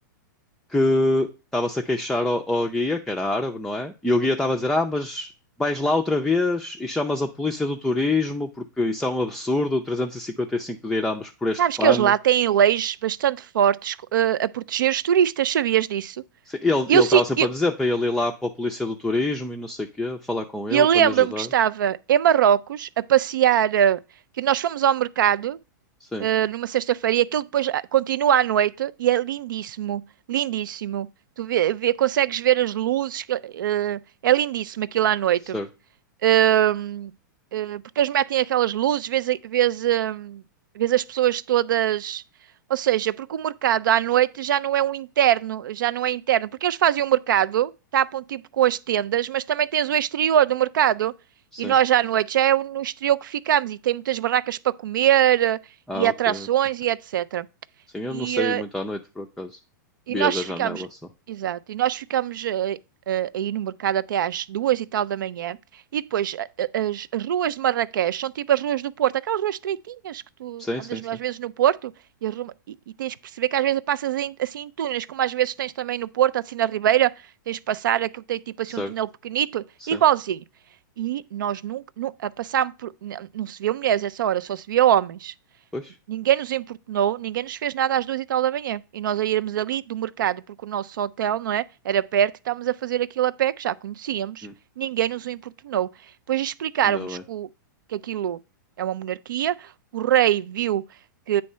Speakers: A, in the centre; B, on the right (about 80°).
A: que estava-se a queixar ao, ao guia, que era árabe, não é? E o guia estava a dizer: Ah, mas vais lá outra vez e chamas a polícia do turismo, porque isso é um absurdo, 355 dirhams por este
B: Sabes
A: pano.
B: que eles lá têm leis bastante fortes, eh, a proteger os turistas, sabias disso?
A: Sim, Ele
B: Eu,
A: ele estava
B: sim.
A: sempre
B: eu,
A: a dizer para ele ir lá para a polícia do turismo e não sei o quê, falar com ele
B: eu
A: para
B: lembro-me
A: lhe ajudar.
B: que estava em Marrocos a passear, eh, que nós fomos ao mercado,
A: Sim,
B: eh, numa sexta-feira, e aquilo depois ah, continua à noite, e é lindíssimo, lindíssimo. Tu vê, vê- consegues ver as luzes, que, eh, é lindíssimo aquilo à noite.
A: certo,
B: Hum, eh, porque eles metem aquelas luzes, vês, a- vês, hum, vês as pessoas todas. Ou seja, porque o mercado à noite já não é um interno, já não é interno. Porque eles fazem o mercado, tapam tipo com as tendas, mas também tens o exterior do mercado.
A: sim.
B: E nós já à noite já é o- no exterior que ficamos e tem muitas barracas para comer eh,
A: Ah,
B: e atrações
A: ok, ok.
B: e etc.
A: Sim, eu
B: E,
A: não saí
B: eh,
A: muito à noite, por acaso.
B: e
A: Via
B: nós
A: da janela
B: ficámos,
A: só.
B: exato, e nós ficámos eh, eh, aí no mercado até às duas e tal da manhã. E depois a- a- as ruas de Marrakech são tipo as ruas do Porto, aquelas ruas estreitinhas que tu
A: Sim,
B: andas
A: sim, sim.
B: no- às vezes no Porto e, as ru- e- e tens que perceber que às vezes passas em- assim em túneis, como às vezes tens também no Porto, assim na Ribeira, tens de passar, aquilo tem tipo assim
A: Certo,
B: um túnel pequenito,
A: sim.
B: igualzinho. E nós nunca, nu- a passámos por, não, não se via mulheres essa hora, só se via homens.
A: Pois,
B: Ninguém nos importunou, ninguém nos fez nada às duas e tal da manhã. E nós a irmos ali do mercado, porque o nosso hotel, não é? Era perto e estávamos a fazer aquilo a pé que já conhecíamos.
A: hum,
B: Ninguém nos o importunou. Depois explicaram-nos
A: ainda bem.
B: que, o- que aquilo é uma monarquia. O rei viu que